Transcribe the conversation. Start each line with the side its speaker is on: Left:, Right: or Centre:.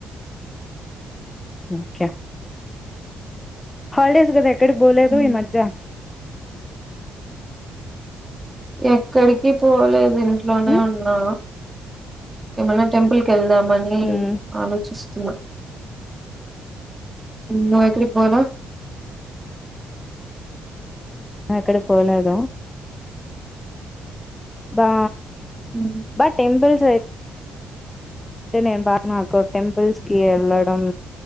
Left: ఒకే హలిడేస్ కద మీరు బోలేదు
Right: ఉమ్.
Left: మ్జా
Right: ఎక్కడికి పోలేదు ఇంట్లోనే
Left: మ్మ్
Right: ఉన్నా ఏమనా టెంపుల్ కి వెళ్దామని
Left: మ్మ్
Right: ఆలోచిస్తున్నా నువ్వెక్కడికి పోలే
Left: ఎక్కడ పోలేద బా
Right: ఉమ్,
Left: బట్ టెంపూల్స్ అయితే అంటే నేను బా నాకు టెంపుల్స్ కి వెళ్ళడం